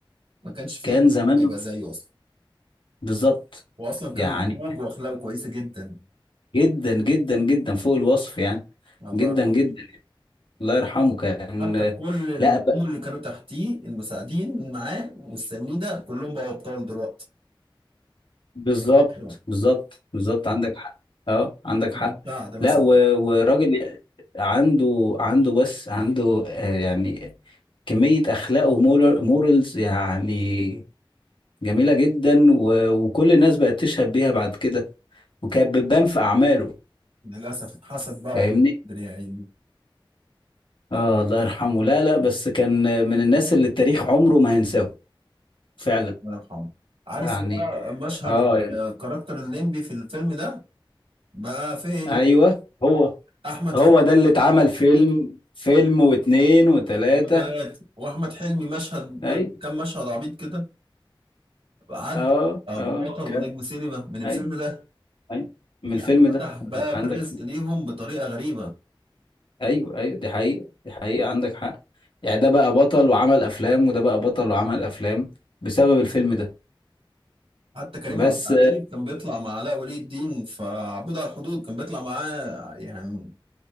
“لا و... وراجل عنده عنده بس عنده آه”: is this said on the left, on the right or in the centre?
Left